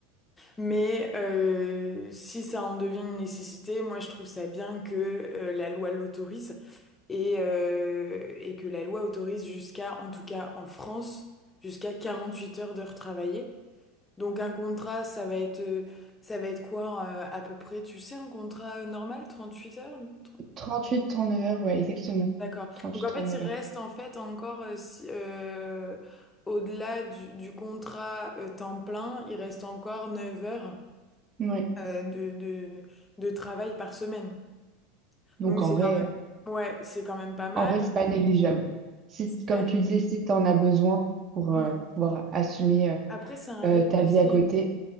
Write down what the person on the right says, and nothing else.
trente-huit trente-neuf heures, ouais, exactement.
Trente-huit,
trente-neuf
heures.
Ouais.
Donc
en
vrai.
euh,
En vrai, c'est pas négligeable. Si,
t-
comme tu disais, si tu en as besoin pour
euh, pouvoir assumer euh,
euh, ta
vie à côté,